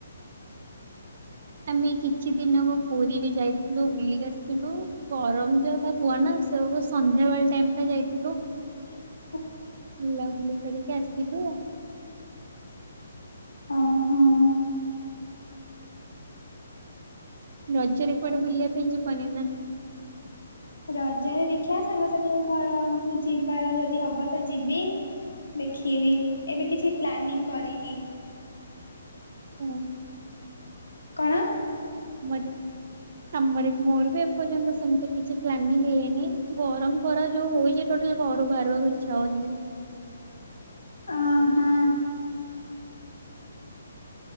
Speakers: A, on the right; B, on the left.
A: ଆମେ କିଛି ଦିନ ହବ ପୁରୀ ବି ଯାଇଥିଲୁ ବୁଲିକି ଆସିଥିଲୁ ଗରମ ଯଉ ତା କୁହ ନା ସେ ସନ୍ଧ୍ୟାବେଳେ ଟାଇମଟା ଯାଇଥିଲୁ
B: <inaudible>
A: ବୁଲାବୁଲି କରିକି ଆସିଲୁ।
B: ଓ ହୋ।
A: ରଜରେ କୁଆଡେ ବୁଲିବା ପାଇଁ ଯିବନି ନା?
B: ରଜରେ ଦେଖିବା ସାଙ୍ଗସାଥିଙ୍କ ଘରକୁ ଯିବାର ଯଦି ହବ ତ ଯିବି। ଦେଖିବି ଏବେ କିଛି ପ୍ଲାନିଂ କରିନି।
A: ଓ ହୋ।
B: କଣ?
A: ମଜା ଆମର ମୋର ବି ଏପର୍ଯ୍ୟନ୍ତ ସେମିତି କିଛି ପ୍ଲାନିଂ ହେଇନି ଗରମ ଖରା ଯୋଉ ହଉଛି ଟୋଟାଲି ଘରୁ ବାହାରିବାକୁ ଇଛା ହଉନି।
B: ଆ ହାଁ।